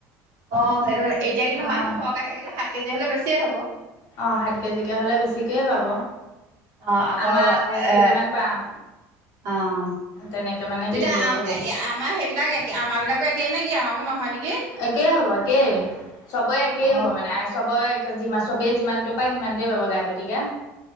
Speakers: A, on the right (about 60°); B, on the left (about 55°).
A: অ', সেইটো এতিয়া কিন্তু
B: অ',
A: মানুহ সৰহকৈ থাকিলে সাত কেজি হ'লে বেছিয়ে হ'ব।
B: অ', সাত কেজিকৈ হ'লে বেছিকৈ পাব।
A: অ', আকৌ,
B: আমাৰ আঠাইশ
A: এ,
B: কেজি মান পাম
A: অ'।
B: তেনেকে মানে
A: তেতিয়া
B: দি দিব
A: আ,
B: চবকে।
A: আমাৰ সেইবিলাক একে আমাৰ বিলাকো একেই নেকি, আমাৰো নহয় নেকি?
B: একেই হ'ব, একেই, চবেই একেই
A: অ
B: হ'ব মানে আই চবেই যিমান চবেই যিমানটো পায় সিমানটোৱেই পাব গাইপতিকে,